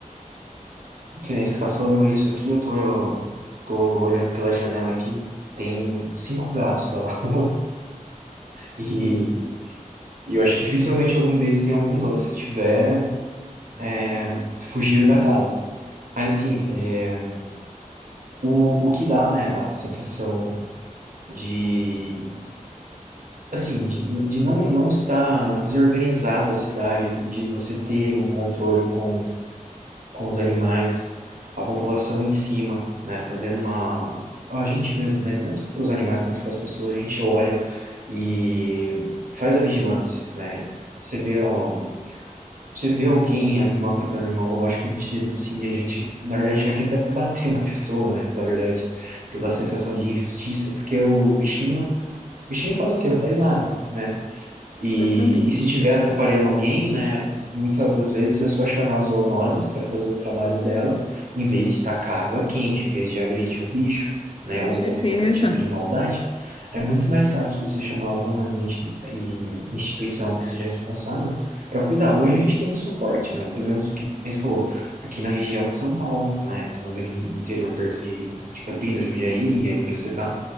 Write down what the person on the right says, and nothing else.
que nem você está falando isso aqui, eu tô, eu tô olhando pela janela aqui, tem cinco gatos lá na <laughs> rua e, e eu acho que dificilmente algum deles tem algum dono. Se tiver, é, fugiram da casa. Mas assim, é, o, o que dá, né, a sensação de, assim, de, de não, não estar desorganizado a cidade, de, de você ter um controle com, com os animais, a população em cima, né, fazendo uma... A gente mesmo, né, tanto para os animais quanto para as pessoas, a gente olha e faz a vigilância, né? Você vê ó, Você vê alguém ali maltratando o irmão, lógico que a gente denuncia, a gente, na verdade, já quer até bater na pessoa, né? Pela verdade, pela sensação de injustiça, porque o bichinho, o bichinho faz o quê? Não faz nada, né? E,
e se tiver atrapalhando alguém, né, muitas das vezes é só chamar as zoonoses para fazer o trabalho dela, em vez de tacar água quente, em vez de agredir o bicho, né,
ou
fazer qualquer tipo de maldade. É muito mais fácil você chamar alguma identi- e- instituição que seja responsável para cuidar. Hoje a gente tem suporte, né, pelo menos que você falou, aqui na região de São Paulo, né, pelo menos aqui no interior, perto de, de Campinas, Jundiaí, e aí onde você está.